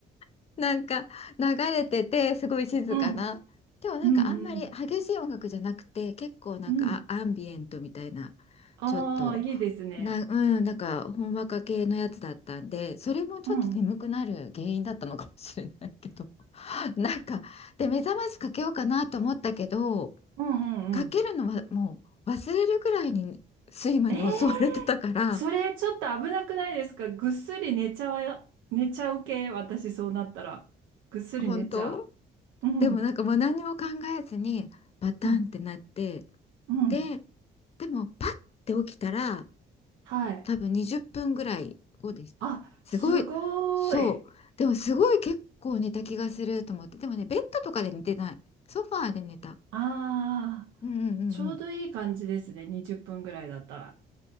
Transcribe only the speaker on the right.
うん
うんうんうん。ああ、
いいですね。
うん。うん
うんうん。
えー、それちょっと危なくないですかぐっすり寝ちゃわ、寝ちゃう系、私そうなったら。ぐっすり寝ちゃ
う。うん、
うん、うん。
はい。
あ、
すごーい。
ああ、
ちょうどいい感じですね。20分ぐらいだったら。